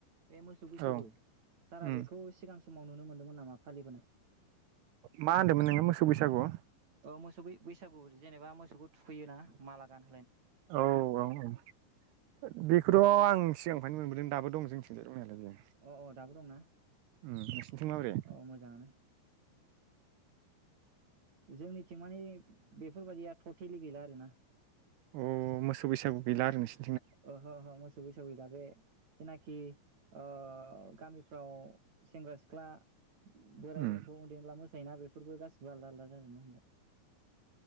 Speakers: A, on the right; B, on the right.
A: बे मोसौ बैसागु
B: औ
A: सारा
B: उम
A: बेखौ सिगां समाव‌ नुनो मोनदोंमोन नामा फालिबोनाय
B: मा होनदोंमोन नोङो मोसौ बैसागु?
A: ओ मोसौै बैसागु जेनेबा मोसौखौ थुखैयो ना माला गानो।
B: औ औ औ बेखौथ' आं सिगांफ्रायानो मोनबोदों दाबों जोंनिथिं जाय दंनायालाय बेयो
A: अ अ दाबो दंना
B: उम नोंसिनिथिं माबोरै
A: अ मोजाङानो जोंनिथिं माने बेफोरबायदिया थथेलि गैला आरो ना
B: अ मोसौ बैसागु गैला आरो नोंसि
A: ओहो ओहो मोसौ बैसागु <unintelligible> जेनाखि ओ गामिफ्राव सेंग्रा सिख्ला बोराइ
B: उम
A: बेन्थ ओन्दैला मोसायोना बेफोरबो गासै सिबो आलदा आलदा जाजोबनो हमबाय।